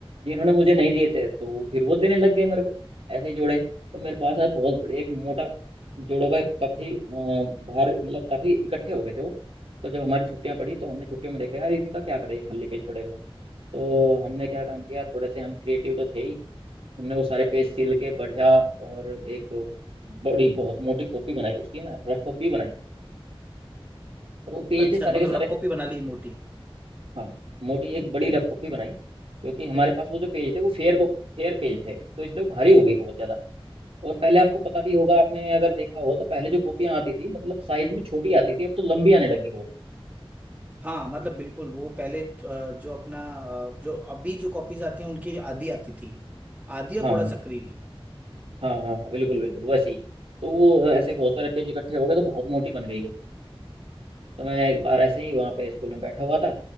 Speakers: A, on the right (about 75°); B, on the right (about 15°).
A: इन्होंने मुझे नहीं दिए थे तो फिर वो देने लग गए मेरे को ऐसे ही जोड़े तो मेरे पास आज बहुत बड़े एक मोटा जोड़ों का काफी अ, भार मतलब काफी इकट्ठे हो गए थे वो तो जब हमारी छुट्टियां पड़ी तो हमने छुट्टियों में देखा यार इनका क्या करें ये खाली पेज पड़े हुए हैं तो हमने क्या काम किया थोड़े से हम क्रिएटिव तो थे ही हमने वो सारे पेज सिल के बढ़िया और एक बड़ी बहुत मोटी कॉपी बनाई उसकी ना रफ कॉपी बनाई और वो पेज
B: अच्छा
A: थे सारे
B: मतलब
A: के सारे
B: रफ कॉपी बना ली मोटी
A: हाँ मोटी एक बड़ी रफ कॉपी बनाई क्योंकि हमारे पास वो जो पेज थे वो फेयर को फेयर पेज थे तो इसलिए वो भारी हो गई बहुत ज्यादा और पहले आपको पता भी होगा आपने अगर देखा हो तो पहले जो कॉपियां आती थी मतलब साइज में छोटी आती थी अब तो लंबी आने लगी बहुत
B: हाँ मतलब बिल्कुल वो पहले अ, जो अपना अ, जो अभी जो कॉपीज आती हैं उनकी आधी आती थी आधी और
A: हाँ
B: थोड़ा
A: हाँ
B: सक्री भी
A: हाँ हाँ हाँ बिल्कुल बिल्कुल वैसे ही तो वो ऐसे बहुत सारे पेज इकट्ठे हो गए तो बहुत मोटी बन गई वो तो मैं एक बार ऐसे ही वहाँ पे स्कूल में बैठा हुआ था